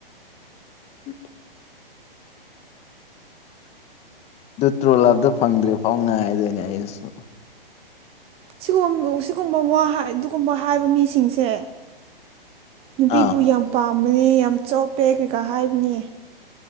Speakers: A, on the left (about 20°); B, on the right (about 20°).
A: ꯎꯝ ꯇ꯭ꯔꯣ ꯂꯥꯞꯇ ꯐꯪꯗ꯭ꯔꯦ ꯐꯥꯎ ꯉꯥꯏꯗꯣꯏꯅꯦ ꯑꯩꯁꯨ
B: ꯁꯤꯒ ꯁꯤꯒꯨꯝꯕ ꯋꯥ ꯑꯗꯨꯒꯨꯝꯕ ꯍꯥꯏꯕ ꯃꯤꯁꯤꯡꯁꯦ ꯅꯨꯄꯤꯕꯨ
A: ꯑꯥ
B: ꯌꯥꯝ ꯄꯥꯝꯕꯅꯦ ꯌꯥꯝ ꯆꯣꯞꯄꯦ ꯀꯩꯀꯥ ꯍꯥꯏꯕꯅꯦ